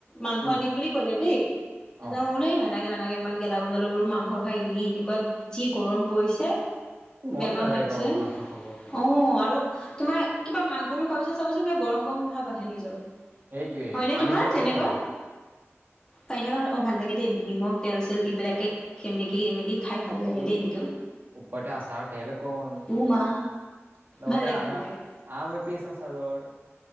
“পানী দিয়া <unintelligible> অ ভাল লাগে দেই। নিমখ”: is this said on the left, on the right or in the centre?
Left